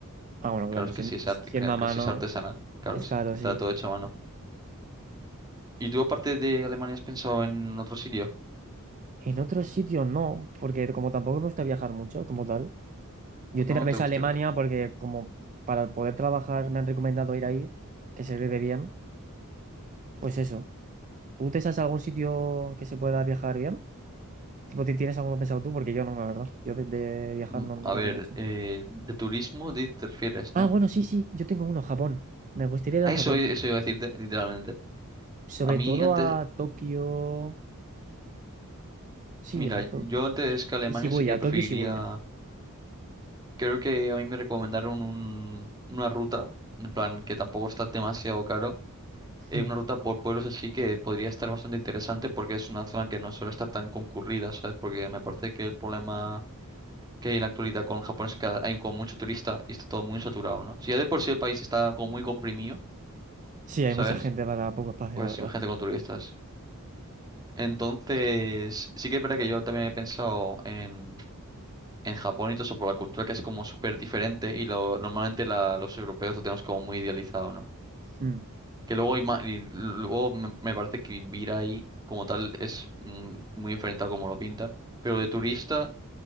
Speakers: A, on the right; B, on the right.
A: Ah, bueno, claro,
B: Claro, es
A: sien-
B: que sí es,
A: siendo
B: arte- que-
A: a
B: que
A: mano...
B: si es artesanal, claro,
A: Es
B: sí,
A: caro,
B: estaba
A: sí.
B: todo hecho a mano. ¿Y tú aparte de Alemania has pensado en otro sitio?
A: En otros sitios no, porque como tampoco me gusta viajar mucho, como tal. Yo
B: ¿No?
A: tenía pensado
B: ¿Te gusta
A: Alemania
B: viajar?
A: porque como para poder trabajar me han recomendado ir ahí, que se vive bien. Pues eso. ¿Tú te sabes algún sitio que se pueda viajar bien? Tipo, ¿ti- ¿tienes alguno pensado tú? Porque yo no, la verdad. Yo de, de viajar
B: Mm,
A: no, no
B: A ver,
A: sé mucho.
B: eh, de turismo di- te refieres,
A: Ah,
B: ¿no?
A: bueno, sí, sí. Yo tengo uno, Japón. Me gustaría ir a
B: A Eso,
A: Japón.
B: eso iba a decirte, literalmente.
A: Sobre
B: A mí
A: todo
B: antes,
A: a Tokio. Sí,
B: mira,
A: a
B: yo
A: Tokio.
B: antes que Alemania
A: Y Shibuya,
B: sí que
A: a
B: preferiría,
A: Tokio y Shibuya.
B: creo que a mí me recomendaron un- una ruta, en plan que tampoco está demasiado caro, eh,
A: Mm.
B: una ruta por pueblos así que podría estar bastante interesante porque es una zona que no suele estar tan concurrida, ¿sabes? Porque me parece que el problema que hay en la actualidad con Japón es que cada- hay como mucho turista y está todo muy saturado, ¿no? Si ya de por sí el país está como muy comprimido,
A: Sí, hay
B: ¿sabes?
A: mucha gente para poco espacio,
B: Pues
A: la verdad.
B: imagínate con turistas. Entonces, sí que es verdad que yo también he pensado en, en Japón y todo eso por la cultura que es como súper diferente y lo, normalmente la- los europeos lo tenemos como muy idealizado, ¿no?
A: Mm.
B: Que luego, hay ma- y luego me, me parece que vivir ahí como tal es mm, muy diferente a como lo pintan, pero de turista...